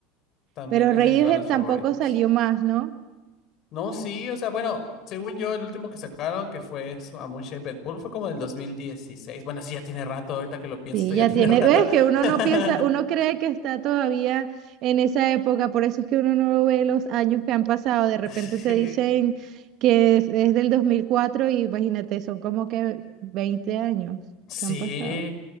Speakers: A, on the left; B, on the right.
A: también
B: pero
A: es
B: Radiohead
A: de mis bandas
B: tampoco
A: favoritas.
B: salió más, ¿no?
A: No, sí, o sea, bueno, según yo, el último que sacaron, que fue su- A Moon Shaped Pool, fue como del dos mil dieciséis Bueno, sí, ya tiene rato, ahorita que lo pienso,
B: Sí,
A: ya
B: ya
A: tiene
B: tiene,
A: rato.
B: ves que uno
A: <laughs>
B: no piensa, uno cree que está todavía en esa época, por eso es que uno no ve los años que han pasado, de repente
A: Sí,
B: te dicen que es, es del 2004 y imagínate, son como que 20 años
A: sí,
B: que han pasado.